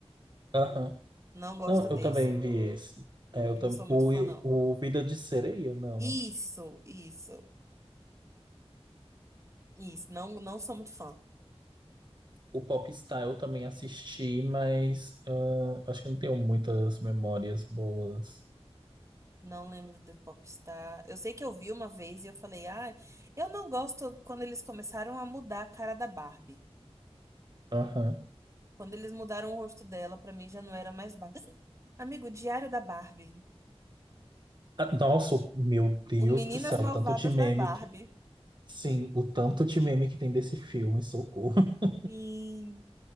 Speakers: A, on the right; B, on the right.
A: Aham.
B: Não gosto
A: Não,
B: desse.
A: eu também vi esse. É, eu
B: Não
A: também,
B: sou muito fã, não.
A: o, o Vida de Sereia, não,
B: Isso,
A: né?
B: isso, isso. Não, não sou muito fã.
A: O Popstar eu também assisti, mas ah, acho que eu não tenho muitas memórias boas.
B: Não lembro do Popstar. Eu sei que eu vi uma vez e eu falei, ah, eu não gosto quando eles começaram a mudar a cara da Barbie.
A: Aham.
B: Quando eles mudaram o rosto dela, pra mim já não era mais Barbie. Amigo, Diário da Barbie.
A: Ah, nossa, meu Deus
B: O Meninas
A: do céu,
B: Malvadas
A: o tanto de meme
B: da Barbie.
A: que. Sim, o tanto de meme que tem desse filme, socorro. <laughs>
B: Sim.